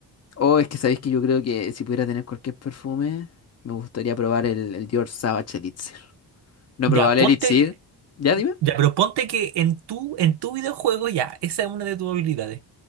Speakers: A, on the left (about 40°); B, on the right (about 75°).
A: oh, es que sabéis que yo creo que si pudiera tener cualquier perfume, me gustaría probar el, el Dior Sauvage Elixir. No
B: Ya,
A: probable
B: ponte.
A: Elixir.
B: que-
A: Ya dime.
B: Ya, pero ponte que en tu, en tu videojuego, ya, esa es una de tus habilidades.